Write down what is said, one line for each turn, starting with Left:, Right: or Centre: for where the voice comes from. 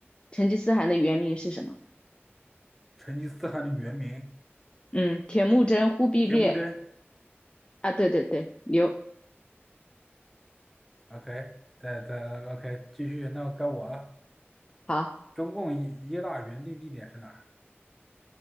Left: 成吉思汗的原名是什么？
Centre: 成吉思汗的原名
Left: 嗯，铁木真、忽必烈
Centre: 铁木真。
Left: 啊，对对对，刘
Centre: OK，再再 OK 继续，那该我了。
Left: 好。
Centre: 中共一一大原定地点是哪儿？